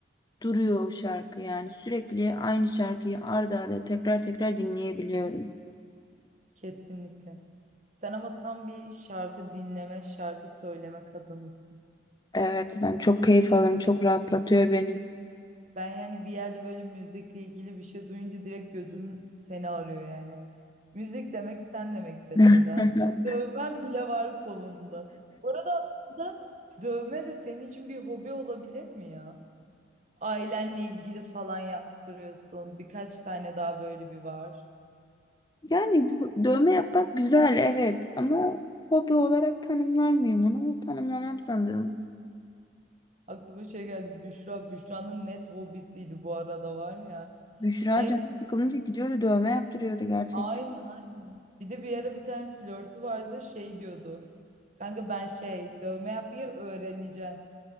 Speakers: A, on the left; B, on the right.
A: duruyor o şarkı yani sürekli aynı şarkıyı arda arda tekrar tekrar dinleyebiliyorum.
B: kesinlikle. Sen ama tam bir şarkı dinleme, şarkı söyleme kadınısın.
A: Evet ben çok keyif alırım. Çok rahatlatıyor beni.
B: Ben yani bir yerde böyle müzikle ilgili bir şey duyunca direkt gözüm seni arıyor yani. Müzik demek sen demek be
A: <laughs>
B: Seda. Dövmen bile var kolunda. Bu arada aslında dövme de senin için bir hobi olabilir mi ya? Ailenle ilgili falan yaptırıyorsun. Birkaç tane daha böyle bir var.
A: Yani dö- dövme yapmak güzel evet ama hobi olarak tanımlar mıyım onu? Tanımlamam sanırım.
B: Aklıma şey geldi. Büşra. Büşra'nın net hobisiydi bu arada var ya.
A: Büşra
B: Hem
A: canı sıkılınca gidiyordu dövme yaptırıyordu gerçekten.
B: aynen aynen. Bir de bir ara bir tane flörtü vardı. Şey diyordu. Kanka ben şey dövme yapmayı öğreneceğim.